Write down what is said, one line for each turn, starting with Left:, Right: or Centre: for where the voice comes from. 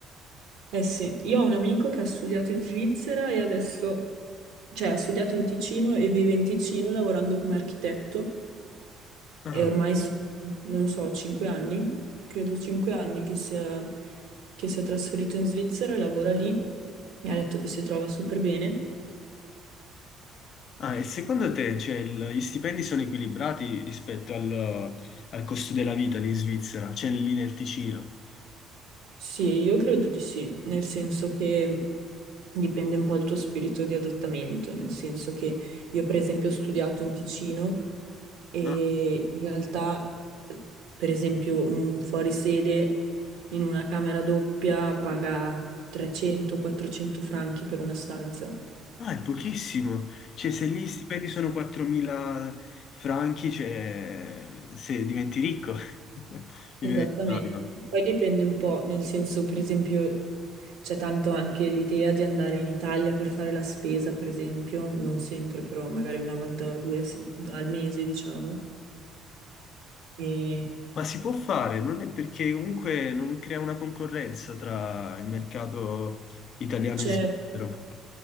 Right: Eh sì, io ho un amico che ha studiato in Svizzera e adesso, cioè ha studiato in Ticino e vive in Ticino lavorando come architetto.
Left: Ah.
Right: E ormai sono, non lo so, cinque anni, credo cinque anni che sia, che sia trasferito in Svizzera e lavora lì. Mi ha detto che si trova super bene.
Left: Ah, e secondo te, cioè, il- gli stipendi sono equilibrati rispetto al, al costo della vita lì in Svizzera, cioè lì nel Ticino?
Right: Sì, io credo di sì, nel senso che dipende un po' dal tuo spirito di adattamento, nel senso che io per esempio ho studiato in Ticino e
Left: Ah,
Right: in realtà, eh, per esempio, un fuorisede in una camera doppia paga 300-400 franchi per una stanza.
Left: ah, è pochissimo. Cioè, se lì gli stipendi sono 4.000 franchi, cioè, se diventi ricco, <laughs> diventi
Right: Esattamente.
Left: un anno.
Right: Poi dipende un po', nel senso, per esempio, c'è tanto anche l'idea di andare in Italia per fare la spesa, per esempio, non sempre, però magari una volta o due se- al mese, diciamo. E
Left: Ma si può fare, non è perché comunque non crea una concorrenza tra il mercato italiano
Right: c'è
Left: e svizzero.